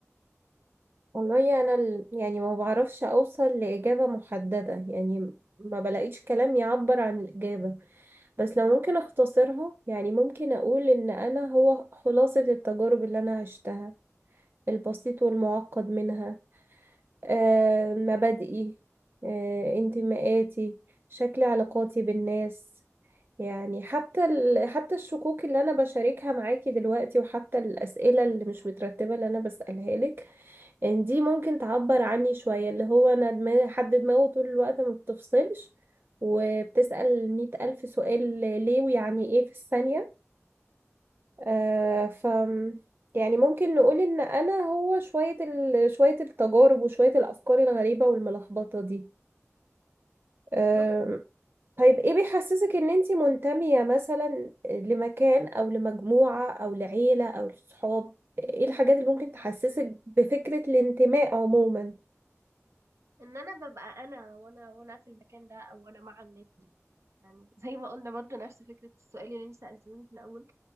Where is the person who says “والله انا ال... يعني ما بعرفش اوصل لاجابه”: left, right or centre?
Right